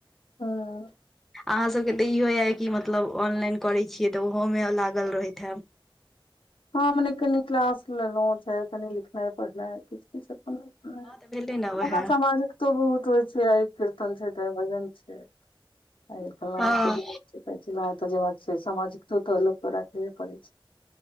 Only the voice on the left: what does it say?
हाॅं।
हमने कनि क्लास लेलो छैय कनि लिखना पढ़ना किछ-किछ अपन भ।
ओना समाजक। बहुत होय छै आ कीर्तन छै त भजन छै आइ फलना
एते जेबै। चिलना एता जेबाक छै सामाजिकतो तऽ लोकके राखेे पड़ैत छै।